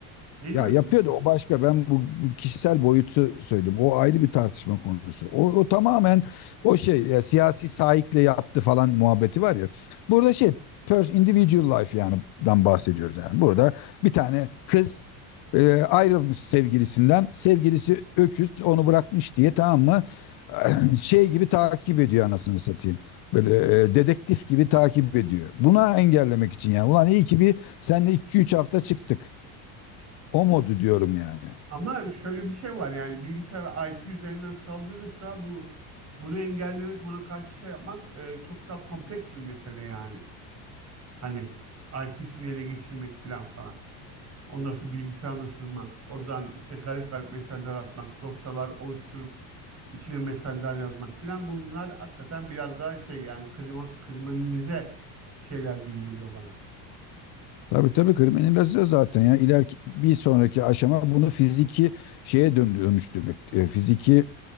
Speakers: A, on the right; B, on the left.
A: Ne
B: Ya
A: diyorsun
B: yapıyordu
A: bu konuda?
B: o başka ben bu kişisel boyutu söyledim. O ayrı bir tartışma konusu. O, o tamamen o şey ya, siyasi saikle yaptı falan muhabbeti var ya. Burada şey pers individual life yani dan bahsediyoruz yani. Burada bir tane kız e, ayrılmış sevgilisinden. Sevgilisi öküz onu bırakmış diye tamam mı? <clears throat> Şey gibi takip ediyor anasını satayım. Böyle e, dedektif gibi takip ediyor. Buna engellemek için yani. Ulan iyi ki bir seninle 2-3 hafta çıktık. O modu diyorum yani.
A: Ama şöyle bir şey var yani bilgisayar IP üzerinden saldırırsa bu bunu engellemek, buna karşı şey yapmak e, çok daha kompleks bir mesele yani. Hani IP'sini ele geçirmek filan falan. Ondan sonra bilgisayarına sızmak, oradan işte garip garip mesajlar atmak, dosyalar oluşturup içine mesajlar yazmak filan bunlar hakikaten biraz daha şey yani krima, kriminalize şeyler gibi geliyor bana.
B: Tabii tabii kriminalize zaten ya. İleriki bir sonraki aşama bunu fiziki şeye dön- dönüştürmek. E, fiziki